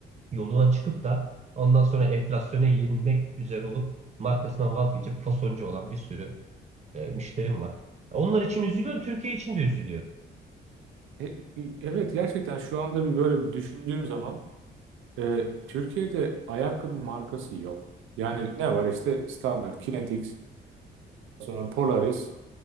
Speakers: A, on the right; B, on the right.
A: yoluna çıkıp da ondan sonra enflasyona yenilmek üzere olup markasından vazgeçip fasoncu olan bir sürü e, müşterim var. Onlar için üzülüyorum, Türkiye için de üzülüyorum.
B: E, e, evet gerçekten şu anda bir böyle bir düşündüğüm zaman e, Türkiye'de ayakkabı markası yok. Yani ne var işte standart Kinetics, sonra Polaris,